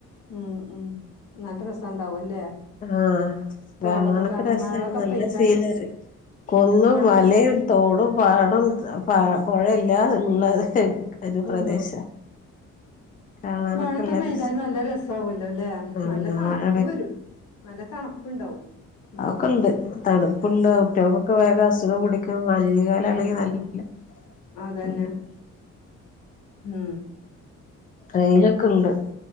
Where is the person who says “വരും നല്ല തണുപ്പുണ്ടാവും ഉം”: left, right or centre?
Left